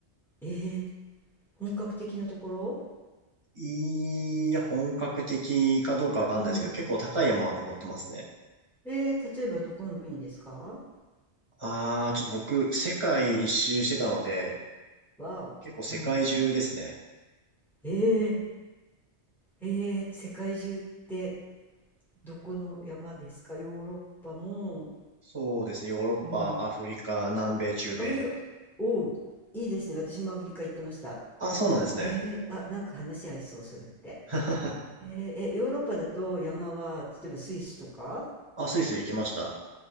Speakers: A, in the centre; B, on the right (about 25°).
A: えー、本格的なところ
B: いや、本格的かどうかわかんないですけど、
A: うん。
B: 結構高い山は登ってますね。
A: えー、例えばどこの国ですか
B: ああ、ちょっと僕、世界一周してたので、
A: わお。
B: 結構世界中ですね。
A: うん。えー、えー、世界中ってどこの山ですかヨーロッパも、
B: そうですね。ヨーロッパ、
A: うん。
B: アフリカ、南米、中米。
A: アフリカ、おお、いいですね。私もアフリカ行ってました。
B: あ、そうなんですね。
A: えー、あ、なんか話合いそう、それって。
B: <laughs>
A: えー、え、ヨーロッパだと山は、例えばスイスとか
B: あ、スイス行きました。